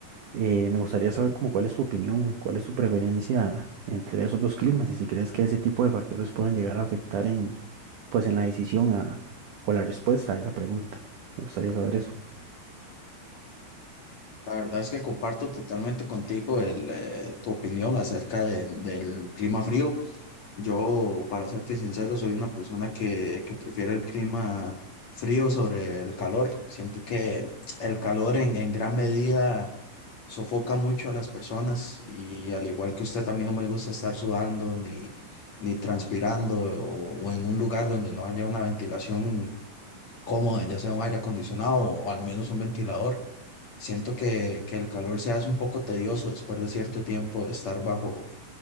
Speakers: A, on the right (about 80°); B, on the left (about 50°).
A: Eh, me gustaría saber como cuál es tu opinión, cuál es tu preferencia entre esos dos climas y si crees que ese tipo de factores puedan llegar a afectar en, pues, en la decisión a- o la respuesta a esa pregunta. Me gustaría saber eso.
B: La verdad es que comparto totalmente contigo el, eh, tu opinión acerca de- del clima frío. Yo, para serte sincero, soy una persona que, que prefiere el clima frío sobre el calor. Siento que el calor en, en gran medida sofoca mucho a las personas y al igual que usted, a mí no me gusta estar sudando ni, ni transpirando o, o en un lugar donde no haya una ventilación cómoda, ya sea un aire acondicionado o al menos un ventilador. Siento que, que el calor se hace un poco tedioso después de cierto tiempo de estar bajo,